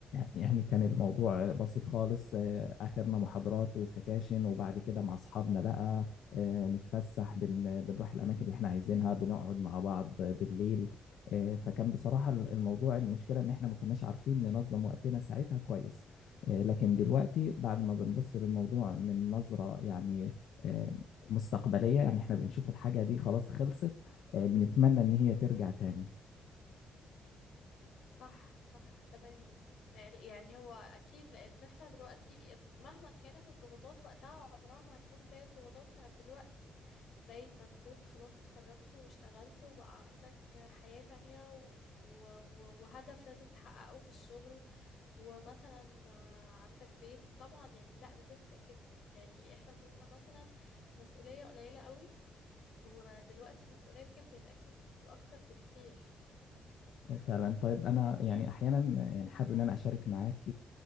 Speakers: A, on the left; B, on the left.
A: يعني كان الموضوع آه، بسيط خالص آه، اخرنا محاضرات وسكاشن وبعد كده مع اصحابنا بقى آه، نتفسح بن... بنروح الاماكن اللي احنا عايزينها بنقعد مع بعض آه، بالليل آه، فكان بصراحة الموضوع المشكلة ان احنا ما كناش عارفين ننظم وقتنا ساعتها كويس آه، لكن دلوقتي بعد ما بنبص للموضوع من نظرة يعني آه، مستقبلية يعني احنا بنشوف الحاجة دي خلاص خلصت آه، بنتمنى ان هي ترجع تاني
B: صح صح تماما آه، يعني هو اكيد لان احنا دلوقتي مهما كانت الضغوطات وقتها عمرها ما هتكون زي الضغوطات بتاعت دلوقتي زي ما تكون خلاص اتخرجت واشتغلت وبقى عندك حياة تانية و... و... وهدف لازم تحققه في الشغل ومثلا عندك بيت طبعا يعني لا بتفرق جدا يعني احنا كنا مثلا مسؤولية قليلة قوي ودلوقتي المسؤولية كبرت اكيد اكتر بكتير
A: فعلا طيب انا يعني احيانا يعني حابب ان انا اشارك معاك